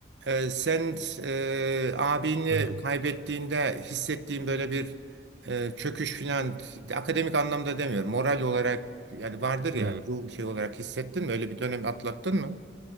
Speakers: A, on the right; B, on the right.
A: e, sen e, abini
B: Hı hı.
A: kaybettiğinde hissettiğin böyle bir e, çöküş filan akademik anlamda demiyorum. Moral olarak yani vardır
B: Hı.
A: ya bu şey olarak hissettin mi? Öyle bir dönem atlattın mı?